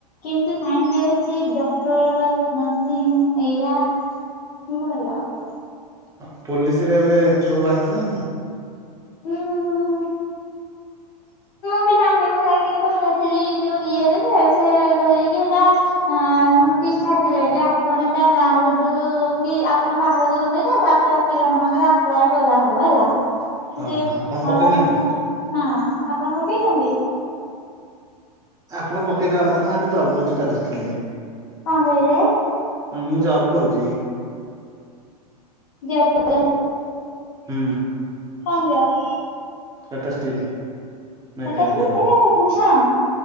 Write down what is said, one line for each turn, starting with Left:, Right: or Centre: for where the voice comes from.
Left: କିନ୍ତୁ ସାଇନସରେ ବେଶୀ ଡକ୍ଟର ନର୍ସିଂ ଏଇରା। ହୁଁ କଣ ହେଲା?
Right: ଅ ପୋଲିସିରେ ଏବେ ଇଣ୍ଟରଭୁ ବାହାରି ଥିଲା ନା ନା।
Left: ହୁଁ ହୁଁ।
Right: <inaudible>
Left: ମୁଁ ଜାଣିନି ମୁଁ ଯାଇକିରି ପଚାରଥିଲି ଯୋଉ ଇଏରେ ଯେ ସେ କହିଲେ କି ହେଟା ନୋଟି ଇଛା ଥିଲେ ଯେ ଆପଣ ଏଟା ଡାଉଁଲୁଡୁ କି ଆପଣ ବାହାର କରନ୍ତୁ ଏଇଟା ତାପରେ ଆଉ ପିଲାମଙ୍କର ଅପ୍ଲାଏ କରାହବ ହେଲା
Right: ହଁ
Left: ଯେ
Right: ହଁ ଆପଣ ପକେଇ
Left: ଅନଲାଇନ
Right: ନାହାନ୍ତି?
Left: ହୁଏ ନା। ଆପଣ ପକେଇଚନ୍ତି?
Right: ଆପଣ ପକେଇଦବା କଥା ନା ଆମେ ଜବ୍ କରୁଚୁ ଟାଟା ଷ୍ଟିଲରେ।
Left: କଣ କହିଲେ?
Right: ହଁ ମୁଁ ଜବ କରୁଚି।
Left: ଜବ୍ <inaudible>
Right: ହୁଁ।
Left: କଣ ଜବ୍
Right: ଟାଟା ଷ୍ଟିଲ୍। ମେକାନିକାଲରେ
Left: ସେଟା କି ଏଇ ଭୂଷଣ